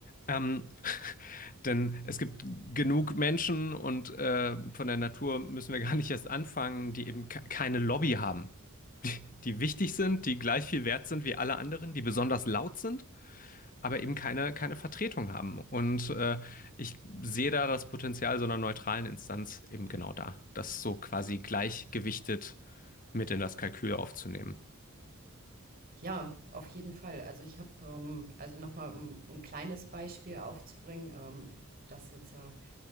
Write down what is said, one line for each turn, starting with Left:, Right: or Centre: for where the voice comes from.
Left: Ähm, <laughs> denn es gibt genug Menschen und äh, von der Natur müssen wir gar nicht erst anfangen, die eben ke- keine Lobby haben. die wichtig sind, die gleich viel wert sind wie alle anderen, die besonders laut sind, aber eben keine, keine Vertretung haben. Und äh, ich sehe da das Potenzial so einer neutralen Instanz eben genau da, das so quasi gleichgewichtet mit in das Kalkül aufzunehmen.
Right: Ja, auf jeden Fall. Also ich habe, ähm, also nochmal um ein kleines Beispiel aufzubringen, ähm, das jetzt äh,